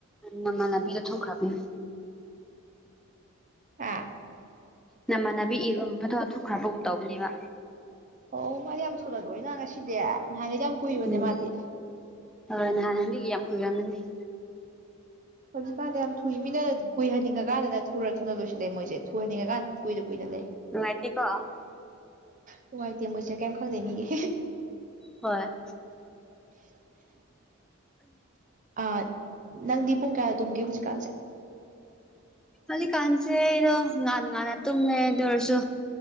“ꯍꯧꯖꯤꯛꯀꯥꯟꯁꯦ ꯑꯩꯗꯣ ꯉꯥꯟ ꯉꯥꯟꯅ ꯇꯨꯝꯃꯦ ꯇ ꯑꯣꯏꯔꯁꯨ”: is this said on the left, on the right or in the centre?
Centre